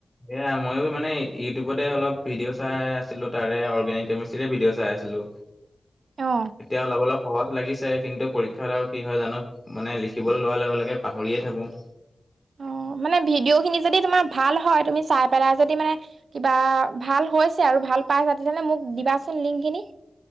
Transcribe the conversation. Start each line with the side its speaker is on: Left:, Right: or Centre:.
Left: সেয়া ময়ো মানে ইউটিউবতে অলপ ভিডিঅ' চাই আছিলোঁ। তাৰে অৰ্গেনিক কেমিষ্ট্ৰিৰে ভিডিঅ' চাই আছোঁ। আছিলোঁ।
Right: অ
Left: এতিয়া অলপ-অলপ সহজ লাগিছে। কিন্তু পৰীক্ষাত আৰু কি হয় জানোঁ মানে লিখিবলৈ লোৱাৰ লগে লগে পাহৰিয়ে থাকোঁ।
Right: অহ, মানে ভিডিঅ'খিনি যদি তোমাৰ ভাল হয় তুমি চাই পেলাই যদি মানে কিবা ভাল হৈছে আৰু ভাল পাইছা, তেতিয়াহলে মোক দিবাচোন লিংকখিনি।